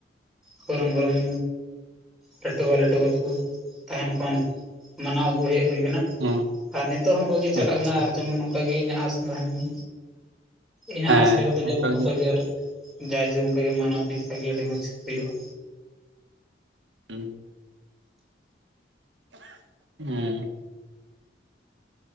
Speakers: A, in the centre; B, on the right.
A: ᱠᱚᱨᱚᱢ ᱜᱚᱨᱚᱢ ᱞᱟᱹᱴᱩ ᱵᱟ ᱞᱟᱹᱴᱩ ᱜᱚ ᱛᱟᱠᱚ ᱛᱟᱦᱮᱱ ᱠᱷᱚᱱ ᱢᱟᱱᱟᱣ ᱟᱜᱩ ᱦᱮᱡ ᱦᱩᱭ ᱟᱠᱟᱱᱟ
B: ᱦᱚᱸ
A: ᱟᱨ ᱱᱤᱛᱚᱜ ᱦᱚᱸ ᱚᱱᱠᱟ ᱜᱮ ᱪᱟᱞᱟᱜ
B: ᱟᱪᱪᱷᱟ
A: ᱠᱟᱱᱟ ᱟᱨ ᱡᱮᱢᱚᱱ ᱱᱚᱝᱠᱟ ᱜᱮ ᱤᱧᱟᱹᱜ ᱟᱸᱥ ᱛᱟᱦᱮᱱ ᱢᱟ ᱤᱧᱟᱹᱜ
B: ᱦᱮᱸ
A: ᱟᱥ ᱞᱮᱠᱟᱛᱮ
B: ᱚᱱᱠᱟ
A: ᱡᱮᱢᱚᱱ ᱱᱚᱝᱠᱟ ᱜᱮ ᱟᱨ ᱡᱟᱭ ᱡᱩᱜᱽ ᱚᱱᱠᱟᱜᱮ ᱢᱟᱱᱟᱣ ᱤᱫᱤ ᱞᱮᱠᱷᱟᱱ ᱜᱮ ᱟᱹᱰᱤ ᱢᱚᱸᱡᱽ ᱦᱩᱭᱩᱜᱼᱟ
B: ᱦᱮᱸ ᱦᱮᱸ